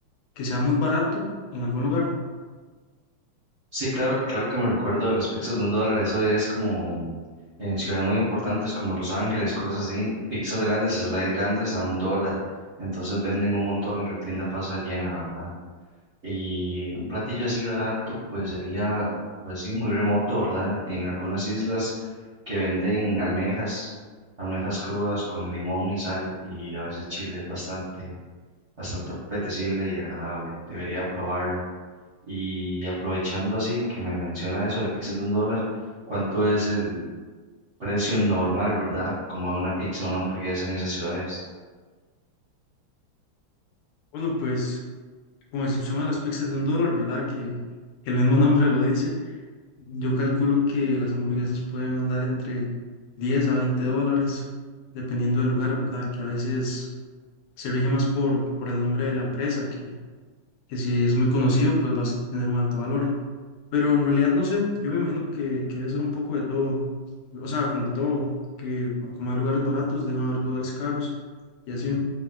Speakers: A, on the left; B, on the right.
A: que sea muy barato en algún lugar?
B: Sí, claro, claro que me recuerdo de las pizzas de un dólar, eso es como en ciudades muy importantes como Los Ángeles, cosas así, pizzas grandes, slides grandes a un dólar, entonces venden un montón y la tienda pasa llena, ¿verdad? Y un platillo así barato, pues sería, pues sí, muy remoto, ¿verdad? En algunas islas que venden almejas, almejas crudas con limón y sal y a veces chile, es bastante, bastante apetecible y agradable, debería probarlo. Y aprovechando así que me menciona eso de pizzas de un dólar, ¿cuánto es el precio normal, verdad? Como de una pizza, una hamburguesa en esas ciudades.
A: Bueno, pues con excepción a las pizzas de un dólar, ¿verdad? Que, que el mismo <laughs> nombre lo dice. Yo calculo que las hamburguesas pueden andar entre 10 a 20 dólares, dependiendo del lugar, ¿verdad? Que a veces se rige más por, por el nombre de la empresa, que, que si es muy conocido, pues va a tener un alto valor. Pero en realidad no sé, yo me imagino que, que debe ser un poco de todo. O sea, como todo, que como hay lugares baratos, deben haber lugares caros y así.